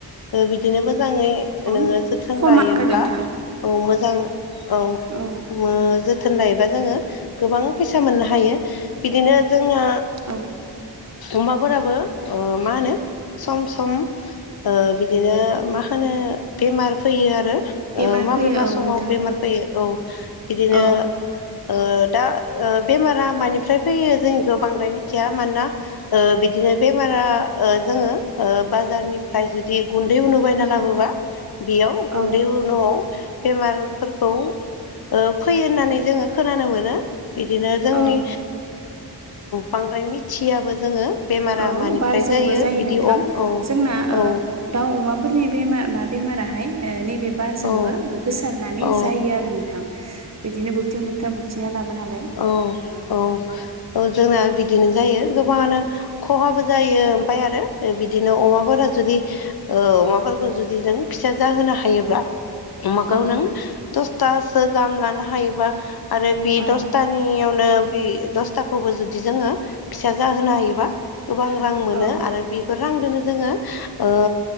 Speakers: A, on the left; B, on the right.
A: बिदिनो मो जाङै
B: औ
A: नोङो जोथोन
B: खम
A: लायोब्ला
B: आरो नोंथां
A: औ मोजां औ
B: औ
A: मा जो थोन लायोबा जोङो गोबां फैसा मोननो हायो बिदिनो जोंना
B: औ
A: अमाफोराबो ओ मा होनो सम सम ओ बिदिनो मा होनो बेमार फैयो आरो। ओ
B: बेमार
A: माबेबा
B: फैयो औ
A: समाव
B: नोंथां
A: बेमार फैयो औ बिदिनो
B: औ
A: ओ दा ओ बेमारा मानिफ्राय फैयो जोंखौ बांद्राय मिथिया मानोना बिदिनो बेमारा जोङो बाजारनिफ्राय जुदि गुन्दै उनो बायना लाबोबा बेयाव गुन्दै
B: औ
A: न'आव बेमारफोरखौ ओ फैयो होननानै जोङो खोनानो मोनो। बिदिनो जोंनि
B: औ
A: बांद्राय मिथियाबो जोङो बेमारा
B: औ
A: मानिफ्राय
B: बारजोंबो जायो
A: बिदि
B: नोंथां
A: अ औ
B: जोंना ओ
A: औ
B: दाउ, अमाफोरनि बेमार मा बेमाराय नैबे बारजोंबो
A: औ
B: गोसारनानै
A: औ
B: जायो आरो नोंथां बिदिनो बुबथिं बुबथानानै लाबो नालाय
A: औ औ औ जोंना बिदिनो जायो। गोबाङानो खहाबो जायो ओमफ्राय आरो बिदिनो अमाफोरा जुदि ओ अमा फोर जुदि जों फिसा जाहोनो हायोब्ला अमाखौ
B: औ ओ
A: नों दसथासो गाहाम लानो हायोबा आरो बे
B: औ
A: दस नो दाखौबो जुदि जोङो फिसा जाहोनो हायोबा गोबां रां मोनो
B: औ
A: आरो बेफोर रां दोनो जोङो ओ